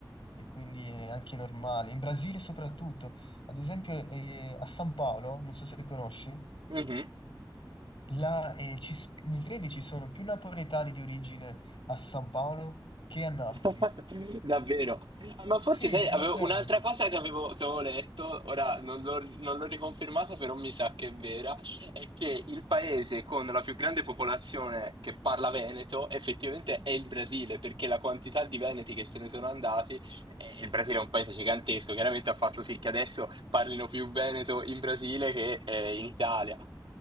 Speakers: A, on the left; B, on the right.
A: E quindi è anche normale. In Brasile soprattutto, ad esempio eh, a San Paolo, non so se conosci.
B: Mhm.
A: Là, eh, ci s- mi credi ci sono più napoletani di origine a San Paolo che a Napoli?
B: <laughs> Davvero. Ah, ma forse
A: Sì,
B: sai,
A: sono
B: avevo
A: serio.
B: un'altra cosa che avevo, che avevo letto, ora non l'ho non l'ho riconfermata, però mi sa che è vera, è che il paese con la più grande popolazione che parla veneto effettivamente è il Brasile, perché la quantità di veneti che se ne sono andati, eh, il Brasile è un paese gigantesco, chiaramente ha fatto sì che adesso parlino più veneto in Brasile che eh, in Italia.